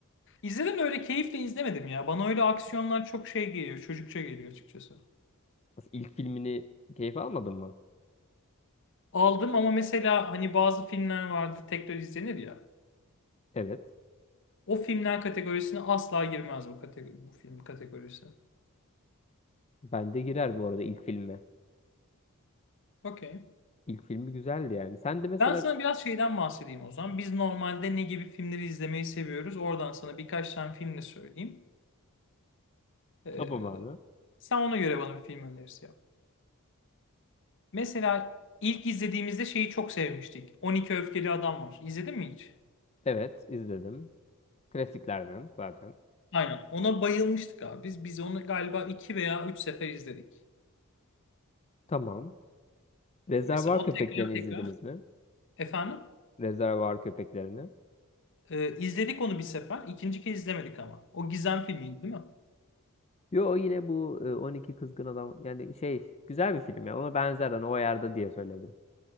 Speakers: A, on the left; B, on the left.
A: İzledim de öyle keyifle izlemedim ya. Bana öyle aksiyonlar çok şey geliyor, çocukça geliyor açıkçası.
B: Nasıl, İlk filmini keyif almadın mı?
A: Aldım ama mesela hani bazı filmler vardı tekrar izlenir ya.
B: Evet.
A: O filmler kategorisine asla girmez bu kategori, bu film kategorisi.
B: Ben de girer bu arada ilk filme.
A: Okey.
B: İlk filmi güzeldi yani. Sen de mesela
A: Ben sana biraz şeyden bahsedeyim o zaman. Biz normalde ne gibi filmleri izlemeyi seviyoruz? Oradan sana birkaç tane film de söyleyeyim. Ee,
B: tamam abi.
A: sen ona göre bana bir film önerisi yap. Mesela ilk izlediğimizde şeyi çok sevmiştik. 12 Öfkeli Adam var. İzledin mi hiç?
B: Evet izledim. Klasiklerden zaten.
A: Aynen. Ona bayılmıştık abi. Biz biz onu galiba iki veya üç sefer izledik.
B: Tamam. Rezervuar
A: Mesela o
B: Köpeklerini
A: tekrar tekrar
B: izlediniz mi?
A: efendim
B: Rezervuar Köpeklerini.
A: e, izledik onu bir sefer. İkinci kez izlemedik ama. O gizem filmiydi değil mi?
B: Yo yine bu e, on iki Kızgın Adam yani şey güzel bir film ya ona benzer hani o ayarda diye söyledim.